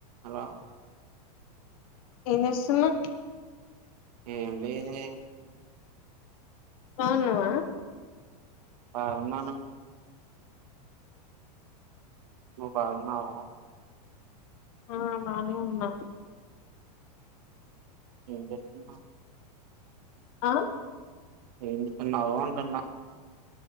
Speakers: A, on the right; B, on the left.
A: Hello
B: ఎంజేస్తున్నావ్
A: ఏం లేదే
B: బాగున్నావా
A: బావున్నాను నువ్ బావున్నావా
B: ఆ బానే ఉన్నా
A: ఎం చేస్తూ
B: ఆ
A: ఏంజేతున్నావు అంటున్నా